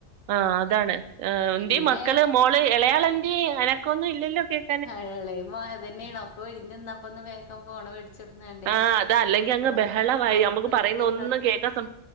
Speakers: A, on the right; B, on the left.
A: ആഹ് അതാണ് ഏഹ്
B: പിന്നെ
A: എന്ത്യേ മക്കള് മോള് എളെയാളെന്ത്യേ അനക്കോന്നും ഇല്ലല്ലോ കേക്
B: ഹ എളേ മ അത് തന്നെ അപ്പൊ ഒര്ങ്ങ്ന്ന് ന്നപ്പൊ ന്ന വേഗം ഫോണ് മേടിച് ച്ചെവിടുന്ന കണ്ടേ
A: ആഹ് അതാ അല്ലെങ്കി
B: അപ്പൊ
A: അങ്ങ് ബഹളമായി
B: പൊറത്ത്
A: നമുക്ക് പറയുന്ന
B: പോയി
A: ഒന്നും
B: കളി
A: കേക്കാൻ സം